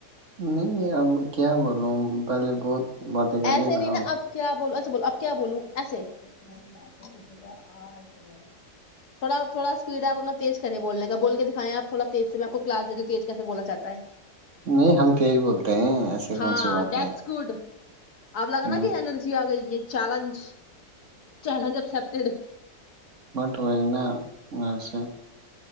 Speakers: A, on the right (about 45°); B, on the left (about 65°).
A: نہیں اب کیا بولوں پہلے بہت باتیں کر
B: ایسے
A: لینا
B: نہیں نا اب کیا بولو بولو اب کیا بولوں ےات آ آئیٹ میںیر تھوڑا تھوڑا اسپیڈ آپ اپنا تیز کریں بولنے کا بول کے دکھائیں آپ تھوڑا تیز سے میں آپ کو کلا دے دوں تیز کیسے بولا چاہ ہے
A: نہیں ہم تیز بولتے ہیں ایسے
B: ہاں
A: کون سی بات
B: دیٹس
A: ہے
B: گڈ آپ لگ
A: ہوں،
B: نا کہ انینرجی آ گئی یہ چیلنج چلز اسپٹیڈ
A: مٹ ب ن اور سا